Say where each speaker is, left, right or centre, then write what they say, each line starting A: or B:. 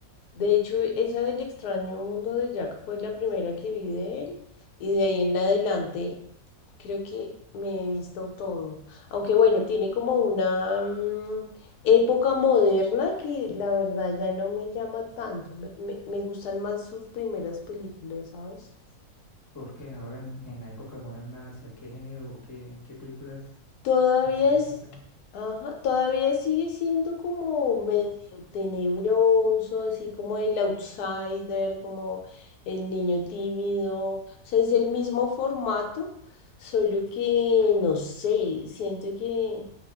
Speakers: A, on the left; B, on the left.
A: De hecho, esa del extraño mundo de Jack fue la primera que vi de él y de ahí en adelante creo que me he visto todo. Aunque bueno, tiene como una mm, época moderna que la verdad ya no me llama tanto. Me, me- me gustan más sus primeras películas, ¿sabes?
B: porque ahora en, en la época moderna, ¿hacia qué género o qué, qué películas
A: Todavía
B: empezó
A: es,
B: a sacar?
A: ajá, todavía sigue siendo como medio tenebroso, así como el outsider, como el niño tímido. O sea, es el mismo formato, solo que no sé, siento que,